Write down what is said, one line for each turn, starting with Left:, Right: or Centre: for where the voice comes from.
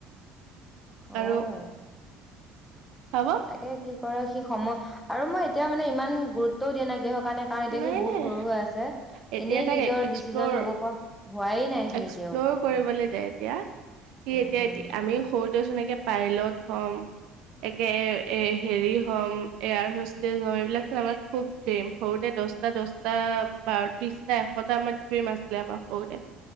Centre: অ
Right: আৰু হ'ব
Centre: তাকে কি কৰে সি সময় আৰু মই এতিয়া মানে ইমান গুৰুতও দিয় নাই দিওক কাৰণ এতিয়া
Right: নাই
Centre: সি বহুত
Right: নাই
Centre: সৰু হৈ আছে
Right: এতিয়া
Centre: এনেই
Right: তাক
Centre: নিজৰ
Right: এক্সপ্লৰ
Centre: ডিচিচন ল'ব পৰা হোৱাই নাই সি
Right: এক্সপ্ল'ৰ
Centre: এতিয়াও একো।
Right: কৰিবলৈ দে এতিয়া সি
Centre: উম
Right: এতিয়া
Centre: উম
Right: এতিয়া আমি সৰু যেনেকে পাইলট হ'ম একে এ হেৰি হ'ম এয়াৰ হোষ্টেজ হম এইবিলাক চোন আমাৰ খুব ড্ৰিম সৰুতে দহটা দহটা বাৰ বিশটা এশটা আমাৰ ড্ৰিম আছিলে আমাৰ সৰুতে